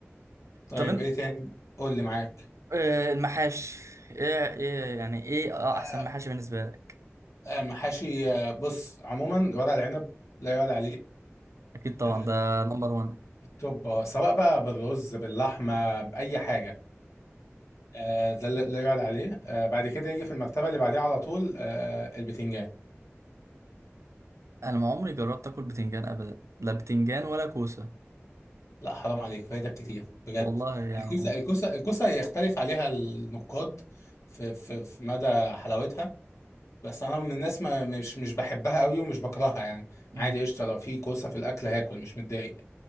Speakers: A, on the left (about 90°); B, on the right (about 90°).
A: طيب
B: طب انت
A: ايه تاني قول لي معاك
B: آه المحاش ايه ايه يعني ايه اه
A: آه،
B: احسن محاشي بالنسبه لك
A: آه، محاشي آه، بص عموما ورق العنب لا يعلى عليه
B: اكيد طبعا
A: آه،
B: ده نمبر 1
A: التوب آه، سواء بقى بالرز باللحمه باي حاجه آه، ده لا لا يعلى عليه آه، بعد كده يجي في المرتبه اللي بعديها على طول آه، البتنجان
B: انا ما عمري جربت اكل بتنجان ابدا لا بتنجان ولا كوسه
A: لا حرام عليك فايدك كتير بجد
B: والله يعني
A: الكوسه الكوسه الكوسه يختلف عليها النقاد في في في مدى حلاوتها بس انا من الناس ما مش مش بحبها قوي ومش بكرهها يعني
B: مم.
A: عادي قشطه لو في كوسه في الاكل هاكل مش متضايق